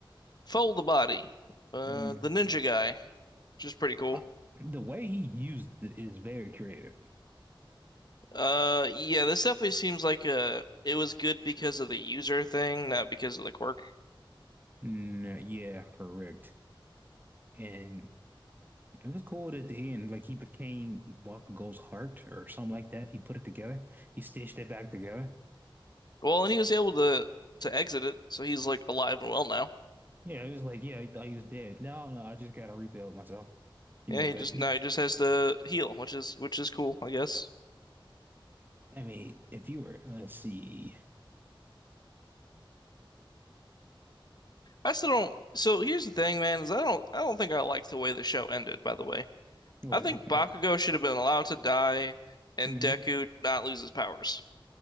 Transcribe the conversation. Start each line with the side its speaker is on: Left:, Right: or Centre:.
Left: Fold the body. Uh,
Right: Hmm.
Left: the ninja guy, which is pretty cool.
Right: uh, the way he used it is very creative.
Left: Uh, yeah, this definitely seems like a. it was good because of the user thing, not because of the quirk.
Right: Mm, yeah, correct. And it was cool at the end. Like he became Bakugo's heart or something like that. He put it together. He stitched it back together.
Left: Well, and he was able to to exit it, so he's like alive and well now.
Right: Yeah, it was like, yeah, I thought he was dead. No, no, I just gotta rebuild myself. Give
Left: Yeah,
Right: me a
Left: he
Right: bit.
Left: just now
Right: Gi-
Left: he just has to heal, which is which is cool, I guess.
Right: I mean, if you were, let's see,
Left: I still don't. So here's the thing, man, is I don't I don't think I like the way the show ended, by the way.
Right: what?
Left: I think Bakugo
Right: Oh,
Left: should have been allowed to die and
Right: hmm
Left: Deku not lose his powers.